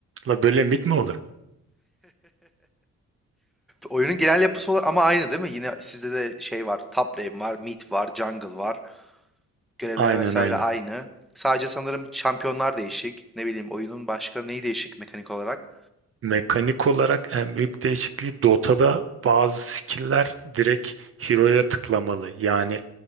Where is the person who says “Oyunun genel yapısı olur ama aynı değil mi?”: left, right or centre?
Centre